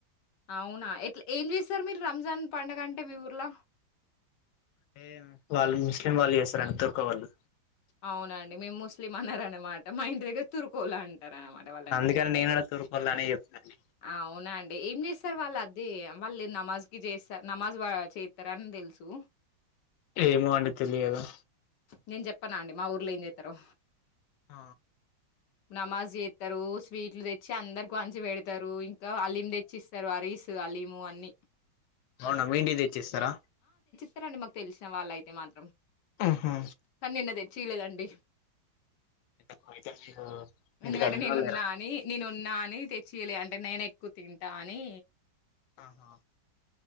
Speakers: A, on the left; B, on the left.
A: అవునా ఎట్లా యేం జేస్ తార్ మీరు రంజాన్ పండుగ అంటే మీ ఊర్లో
B: అంటే వాళ్ళు ముస్లిం వాళ్ళు చేస్తారండి తుర్క వాళ్ళు
A: అవునండి మేము ముస్లి అననమాట మా ఇంటి దగ్గర తురుకోలన్ అంటారనమాట వాళ్ళని
B: అందుకని నేను కూడా తూర్కొల్లనే చెప్తాను
A: అవునా అండి ఏం జేస్తారు వాళ్ళు అది వాళ్ళు నమాజ్, కి జేస్స నమాజ్ వా చేత్తరాని తెలుసు
B: ఏమో అండి తెలియదు
A: నేన్ జెప్పనా అండి మా ఊర్లో ఏం జేత్తరో
B: ఆ
A: నమాజ్ జేత్తరు స్వీట్లు తెచ్చి అందరుకి వంచి వెడుతరు. ఇంకా హలీం తెచ్చిస్తారు అరీస్ హలీమ్ అన్నీ.
B: అవునా మీ ఇంటికి తెచ్చిస్తారా
A: స్తండి మాకు తెలిసిన వాళ్ళ అయితే మాత్రం
B: ఆహా
A: కానీ నిన్న తెచ్చియలేదండి
B: <unintelligible> ఇంటికాడున్నోళ్ళు
A: ఎందుకంటే నేనున్నా
B: లేరా
A: అని నేనున్నా <unintelligible> అని తెచ్చియలే అంటే నేను ఎక్కువ తింటా అని
B: ఆహా